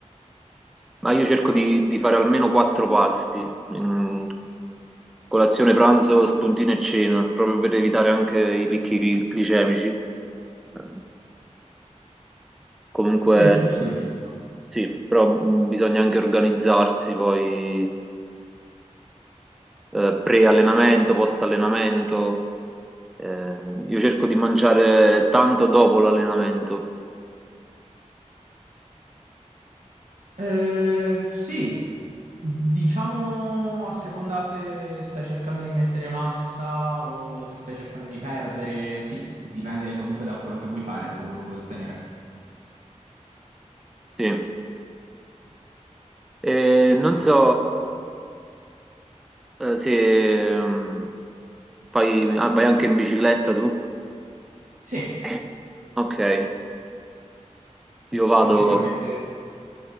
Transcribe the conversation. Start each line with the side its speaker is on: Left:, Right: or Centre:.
Centre: ma io cerco di, di fare almeno quattro pasti, mm, colazione, pranzo, spuntino e cena, proprio per evitare anche i picchi gli- glicemici. Eh, Comunque,
Right: È giusto, è giusto.
Centre: sì, però mm, bisogna anche organizzarsi poi eh, pre-allenamento, post-allenamento. Eh, io cerco di mangiare tanto dopo l'allenamento.
Right: Eh, sì, diciamo a seconda se stai cercando di mettere massa o se stai cercando di perdere, sì, dipende comunque da quello che vuoi fare, da quello che vuoi ottenere.
Centre: Sì. E non so, eh, se mm, fai- ah, vai anche in bicicletta tu?
Right: Sì.
Centre: Sì. Ok, io vado,
Right: Principalmente,